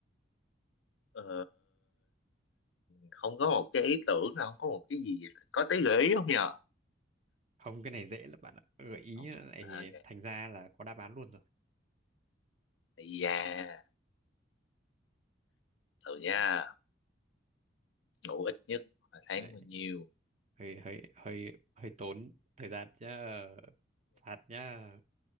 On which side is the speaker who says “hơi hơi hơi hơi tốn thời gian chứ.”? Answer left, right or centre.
Right